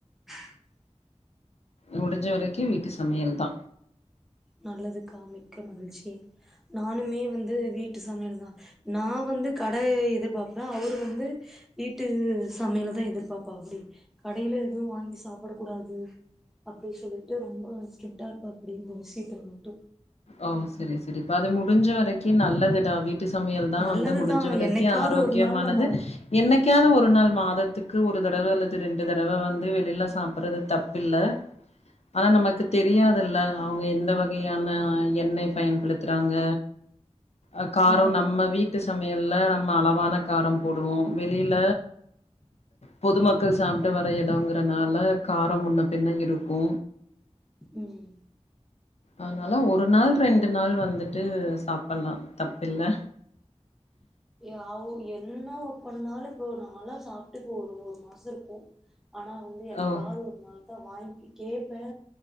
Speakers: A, in the centre; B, on the left.
A: ஹ <inaudible>
B: முடிஞ்ச வரைக்கு வீட்டு சமையல் தா
A: நல்லதுக்கா மிக்க மகிழ்ச்சி நானுமே வந்து வீட்டு சமையல்தா நா வந்து கடே எதிர்பாப்பே அவுரு வந்து வீட்டு சமையல்தா எதிர்பாப்பாப்டி கடையில எது வாங்கி சாப்பிட கூடாது அப்டி சொல்லிட்டு ரொம்போ ஸ்டிரிக்ட்டா இருப்பாப்பப்டி இந்த விஷயத்ல மட்டு
B: ஓ செரி செரி இப்ப அது முடிஞ்ச வரைக்கு நல்லதுடா வீட் டு சமையல் தா
A: நல்லதுதா
B: வந்து முடிஞ்ச வரைக்கு
A: என்னைக்காவது
B: ஆரோக்கியமானது
A: ஒரு நாள் நம்ம
B: என்னைக்காவது ஒரு நாள் மாதத்துக்கு ஒரு தடவ அல்லது ரெண்டு தடவ வந்து வெளில சாப்பிடுறது தப்பில்ல ஆனா நமக்கு தெரியாதுல்ல அவுங்க எந்த வகையான எண்ணெய் பயன்படுத்துறாங்க அ காரோ
A: ஆமாக்கா
B: நம்ம வீட் டு சமையல்ல நம்ம அளவான காரோ போடுவோ வெளில பொதுமக்கள் சாப்பிட வர எடோங்கறனால காரோ முன்ன பின்ன இருக்கு
A: ம்
B: அதனால ஒ ரு நாள் ரெண்டு நாள் வந்துட்டு சாப்பட்லா தப்பில்ல
A: ஏ அவுங்க என்ன ஒ பண்ணாலு இப்போ நாலா சாப்ட்டு இப்ப ஒரு ஒரு மாசருக்கு ஆனா வந்து என்னைக்காவுது
B: ஓ
A: ஒரு நாள் தா வாங்கி கேப்பே